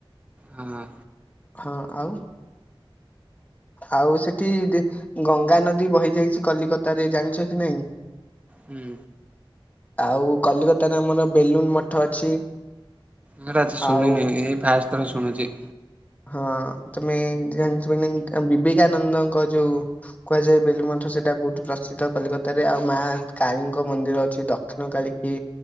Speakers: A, on the right; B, on the left.
A: ହଁ।
B: ହଁ ଆଉ? ଆଉ ସେଠି ଦି ଗଙ୍ଗା ନଦୀ ବହି ଯାଇଛି କଲିକତାରେ ଜାଣିଛ କି ନାଇଁ?
A: ହୁଁ।
B: ଆଉ କଲିକତାରେ ଆମର ବେଲୁନ ମଠ ଅଛି।
A: ନ ରାଜି ଶୁଣିନି
B: ଆଉ
A: ଏଇ ଫାଷ୍ଟ ଥର ଶୁଣୁଛି।
B: ହଁ ତମେ ଜାଣିଥିବ କି ନାହିଁ ଅମ ବିବେକାନନ୍ଦଙ୍କ ଯୋଉ କୁହାଯାଏ ବେଲୁନ୍ ମ ମଠ ସେଇଟା ବହୁତ ପ୍ରସିଦ୍ଧ କଲିକତାରେ ଆଉ ମା କାଳୀଙ୍କ ମନ୍ଦିର ଅଛି ଦକ୍ଷିଣ କାଳୀ ବି